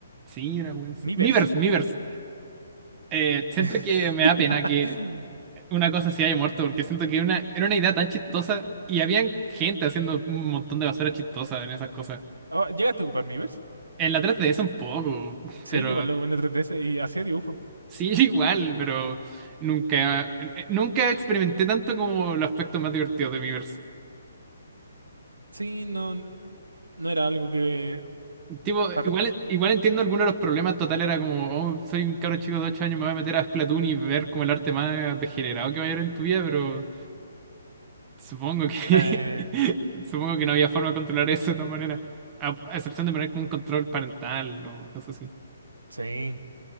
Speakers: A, on the right; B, on the right.
A: Sí, una wea así.
B: Miiverse.
A: Miiverse, Miiverse. Eh, siento
B: <laughs>
A: que me da pena que una cosa así haya muerto, porque siento que una, era una idea tan chistosa y habían gente haciendo un montón de basura chistosa en esas cosas.
B: Oh, ¿Llegaste a ocupar Miiverse?
A: En la 3DS un poco, <laughs>
B: Sí,
A: pero
B: yo igual lo ocupé en la 3DS y hacía dibujo.
A: sí, igual, pero nunca, eh, nunca experimenté tanto como los aspectos más divertidos de Miiverse.
B: Sí, no, n- no era algo que...
A: Tipo,
B: para-
A: igual, igual entiendo algunos de los problemas. Total, era como, oh, soy un cabro chico de 8 años, me voy a meter a Splatoon y ver como el arte más degenerado que va a haber en tu vida, pero supongo que
B: eh,
A: <laughs> supongo que no había forma de controlar eso de todas maneras. A, a excepción de poner como un control parental o cosas así.
B: sí,